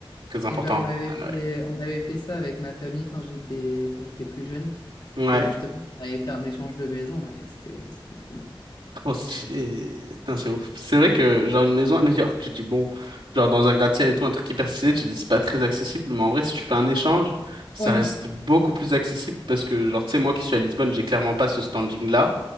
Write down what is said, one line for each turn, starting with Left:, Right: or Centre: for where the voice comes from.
Right: Très important,
Left: Et ben, on avait
Right: à Noël.
Left: fait, on avait fait ça avec ma famille quand j'étais, quand j'étais plus jeune.
Right: Ouais.
Left: Et justement, on avait fait un échange de maison. et c'était, c'était trop bien.
Right: Trop stylé. Putain, c'est ouf. C'est vrai que, genre, une maison à New York, tu te dis, bon, genre, dans un gratte-ciel et tout, un truc hyper stylé, tu te dis, c'est pas très accessible, mais en vrai, si tu fais un échange, ça
Left: Ouais,
Right: reste beaucoup plus accessible parce que, genre, tu sais, moi qui suis à Lisbonne, j'ai clairement pas ce standing-là,